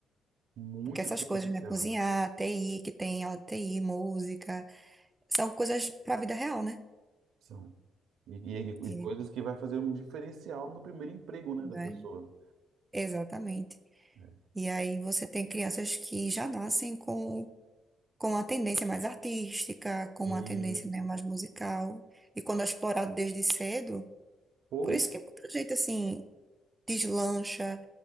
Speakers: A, on the right; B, on the right.
A: Muito
B: Porque essas
A: superficial.
B: coisas, né? Cozinhar, TI, que tem aula de TI, música, são coisas para a vida real, né?
A: São. E, e-
B: E,
A: e coisas que vai fazer um diferencial no primeiro emprego, né,
B: né?
A: da pessoa.
B: Exatamente.
A: né?
B: E aí você tem crianças que já nascem com, com uma tendência mais artística, com
A: E,
B: uma tendência, né, mais musical. E quando é explorado desde cedo,
A: pô,
B: por isso que muita gente, assim, deslancha